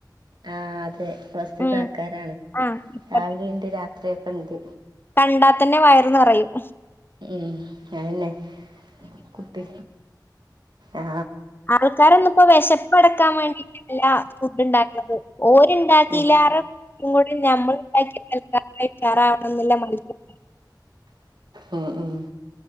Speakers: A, on the right; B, on the left.
A: ആ അതെ പ്രസ്തുത
B: ഉം
A: ആൾക്കാരാണ്
B: ആഹ് ഇപ്പത്തെ
A: രാവിലെ ഉണ്ട് രാത്രിക്കെ ഉണ്ട്
B: കണ്ടാത്തന്നെ വയറ്നിറയും
A: ഉം അതന്നെ കുട്ടി ആ
B: ആൾക്കാര് ഒന്നിപ്പോ വിശപ്പ്ടക്കാൻ വേണ്ടിട്ടല്ല ഫുഡ് ഉണ്ടാക്കണത് ഓര്ണ്ടാക്കിലാറെ
A: ഉം
B: കൂടി ഞമ്മൾ ഉണ്ടാക്കിൽക്ക കഴിക്കാറാവണെന്നില്ല മത്സ്
A: ആഹ് ആഹ്